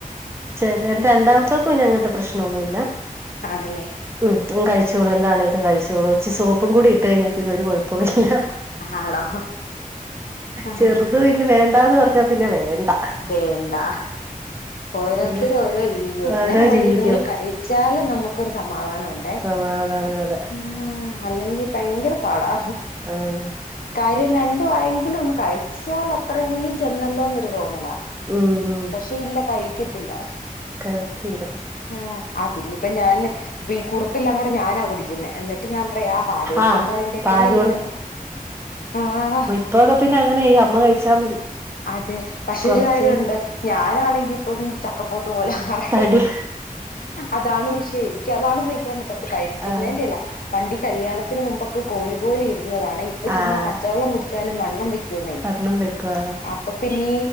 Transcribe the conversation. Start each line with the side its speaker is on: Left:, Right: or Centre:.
Right: ചെലെ എന്റെ രണ്ടാമത്തോക്ക് പിന്നെ അങ്ങൻത്തെ പ്രശ്നവൊന്നും ഇല്ലാ
Left: ആണല്ലേ
Right: ഉം അവൻ കഴിച്ചോളും എന്താണേലും കഴിച്ചോളും ഇച്ചി സോപ്പും കൂടി ഇട്ട് കഴിഞ്ഞാ പിന്നെ ഒരു കൊഴപ്പോം ഇല്ലാ
Left: ആണോ ആഹ്
Right: ചെറുത് പിന്നെ വേണ്ടാന്ന് പറഞ്ഞാ പിന്നെ വേണ്ടാ
Left: വേണ്ടാ ഓരോരുത്തരും
Right: ഒരു
Left: ഓരോ രീതിയാ എങ്ങനെ
Right: ഓരോ
Left: പോയാലും
Right: രീതിയും
Left: ഇതുങ്ങള് കഴിച്ചാല് നമ്മക്കൊരു സമാധാനം ഒണ്ടേ
Right: സമാധാനം അതെ
Left: ആഹ് അല്ലെങ്കി ഭയങ്കര പാടാ
Right: ആഹ്
Left: കാര്യം രണ്ടു വായെങ്കിലും ഒന്ന് കഴിച്ചാൽ അത്രയെങ്കിലും ചെന്നല്ലോന്ന് ഒരു <unintelligible> തോന്നല
Right: ഉം ഉം
Left: പക്ഷെ ഇല്ല കഴിക്കത്തില്ല
Right: കഴിക്കൂല
Left: ഹാ ആഹ് പിന്നെ ഇപ്പ ഞാന് ഇപ്പ ഈ കുറുക്കെല്ലാം കൂടെ ഞാനാ കുടിക്കുന്നേ എന്നി ട്ട് ഞാൻ പറയാ ആഹ് പാല് കൊടുക്കുമ്പോ
Right: ആഹ്
Left: അതിന്റെക്കങ്ങ്
Right: പാല്
Left: ചെല്ലട്ടെ ആഹ് ആഹ് ആഹ്
Right: ഇപ്പൊക്ക പിന്നെ അങ്ങനെയായി അമ്മ കഴിച്ചാ മതി
Left: അതെ പക്ഷെ
Right: കൊറച്ച്
Left: ഒരു കാര്യോണ്ട് ഞാനാണെങ്കി ഇപ്പം ചക്ക പോത്ത് പോല ആകാറായി
Right: തടി
Left: അതാണ് വിഷയം എനിക്ക് അതാണ് സഹിക്കാൻ പറ്റാത്ത കഴിക്കുന്നേന്റെ
Right: ആഹ്
Left: അല്ല ല്ലാ പണ്ടീ കല്യാണത്തിന് മുമ്പൊക്കെ കോലു പോലെ ഇരുന്നതാണെ ഇപ്പൊ ചുമ്മ
Right: ആഹ്
Left: പച്ചവെള്ളം കുടിച്ചാലും വണ്ണം വെ ക്കുന്നേ
Right: കണ്ണം വെക്കുക
Left: അപ്പൊ പിന്നീ